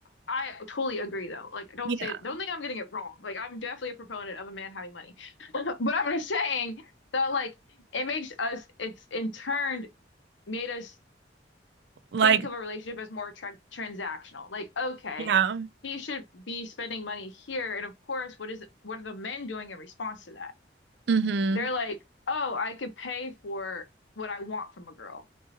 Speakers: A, on the left (about 80°); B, on the right (about 65°).
A: I totally agree though. Like, don't
B: Yeah.
A: say, don't think I'm getting it wrong. Like, I'm definitely a proponent of a man having money, <laughs> but I'm just saying that, like, it makes us, it's in turn made us
B: Like,
A: think of a relationship as more tra transactional. Like, okay,
B: yeah.
A: he should be spending money here. And of course, what is, what are the men doing in response to that?
B: Mm-hmm.
A: They're like, oh, I could pay for what I want from a girl